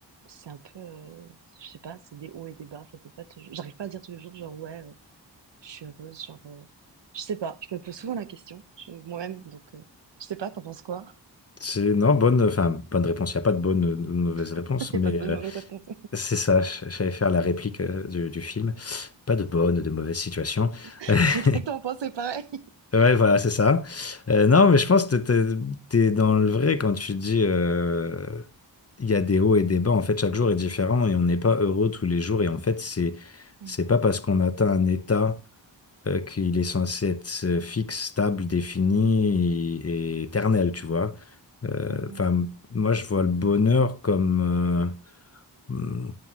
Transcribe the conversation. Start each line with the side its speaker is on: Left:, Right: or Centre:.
Right: c'est un peu, euh, je sais pas, c'est des hauts et des bas. Enfin, c'est pas toujours, j'arrive pas à dire tous les jours, genre, ouais, euh, je suis heureuse, genre, euh, je sais pas. Je me pose souvent la question, je- moi-même, donc, euh, je sais pas, t'en penses quoi?
Left: C'est non bonne enfin bonne réponse. Il n'y a pas de bonne ou de mauvaise réponse
Right: <laughs> Il n'y
Left: mais
Right: a pas de bonne
Left: euh,
Right: mauvaise réponse.
Left: C'est ça, j- j'allais faire la réplique euh, du, du film. Pas de bonne ou de mauvaise situation.
Right: <laughs>
Left: <laughs>
Right: J'ai exactement pensé pareil.
Left: Ouais, voilà, c'est ça. Euh, non, mais je pense que t'es, t'es dans le vrai quand tu dis euh, il y a des hauts et des bas. En fait, chaque jour est différent et on n'est pas heureux tous les jours. Et en fait, c'est,
Right: Mhm.
Left: c'est pas parce qu'on atteint un état euh, qu'il est censé être euh, fixe, stable, défini et, et éternel, tu vois. Euh,
Right: Mhm.
Left: Enfin, moi, je vois le bonheur comme. euh, Hmm.